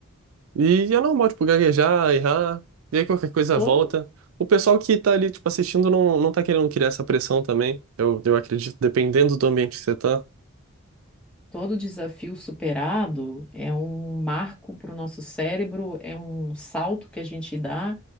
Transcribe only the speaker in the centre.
Todo
Todo desafio superado é um marco para o nosso cérebro, é um salto que a gente dá,